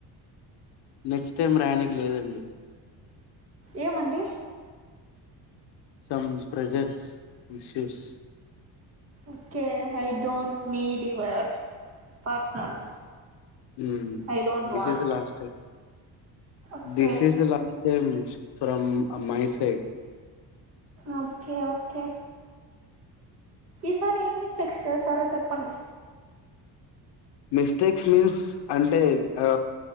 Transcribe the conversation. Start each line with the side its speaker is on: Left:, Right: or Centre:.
Left: నెక్స్ట్ టైం రాయానీకి లేదండి
Right: ఏం అండి
Left: some pressures issues
Right: okay I don't need your personals
Left: um
Right: I don't
Left: this
Right: want
Left: is the last time
Right: okay
Left: this is the law tense from a my side
Right: okay okay ఈసారి ఏం mistakes చేసారో చెప్ ప్పండి
Left: mistakes means అంటే అ